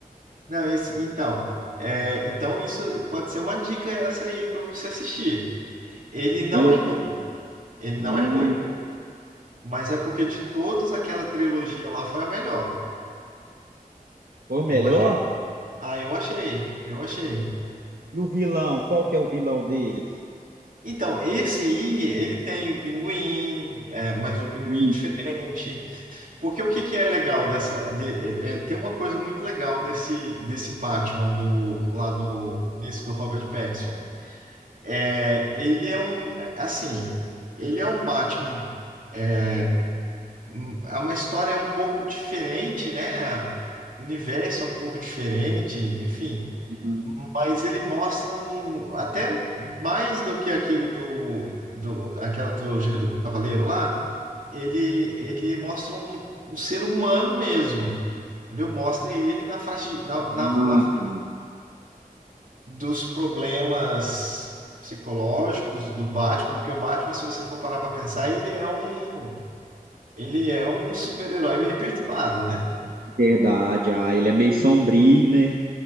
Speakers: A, on the right; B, on the right.
A: Não, esse, então, é, então isso pode ser uma dica essa aí para você assistir. Ele não
B: É,
A: é ruim, ele
B: hum,
A: não é ruim, mas é porque de todos aquela trilogia lá foi a melhor.
B: foi o melhor?
A: Eu achei. Ah, eu achei, eu achei.
B: E o vilão? Qual que é o vilão desse?
A: Então, esse aí, ele tem o pinguim, é, mas o pinguim
B: Hum,
A: é diferente. Porque o que que é legal dessa. de- é- é- tem uma coisa muito legal desse, desse Batman do lá do desse do Robert Pattinson. É, ele é um é, assim, ele é um Batman. é, hum, É uma história um pouco diferente, né? O universo é um pouco diferente, enfim.
B: hum,
A: Mas ele mostra um, até mais do que aquele do, do aquela trilogia do Cavaleiro lá. Ele ele mostra um, um ser humano mesmo entendeu? Mostra ele na frente, na, na,
B: ah,
A: na frente
B: tá.
A: dos problemas psicológicos do Batman, porque o Batman, se você for parar para pensar, ele é um, ele é um super-herói meio perturbado, né?
B: Verdade, ah, ele é meio sombrio, né?